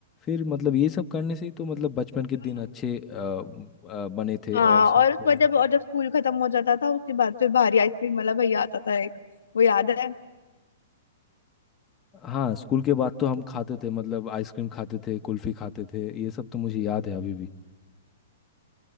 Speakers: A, on the left; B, on the left.
A: फिर मतलब ये सब करने से ही तो मतलब बचपन के
B: हाँ।
A: दिन अच्छे अ, अ, बने थे
B: हाँ
A: और साथ
B: और उसके
A: में
B: बाद जब और जब स्कूल खत्म हो जाता था उसके बाद फिर बाहरी आइसक्रीम वाला भैया आता था एक वो याद है
A: हाँ स्कूल के बाद तो हम खाते थे मतलब आइसक्रीम खाते थे कुल्फी खाते थे ये सब तो मुझे याद है अभी भी